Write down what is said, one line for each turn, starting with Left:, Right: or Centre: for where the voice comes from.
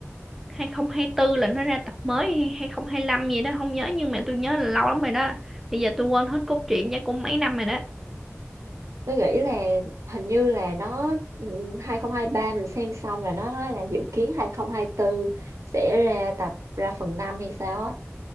Centre: hai không hai tư là nó ra tập mới hay 2025 gì đó không nhớ nhưng mà tôi nhớ là lâu lắm rồi đó bây giờ tôi quên hết cốt truyện chắc cũng mấy năm rồi đó
Right: Tôi nghĩ là hình như là nó ừ, 2023 mình xem xong là nó nói là dự kiến 2024 sẽ ra tập ra phần 5 hay sao á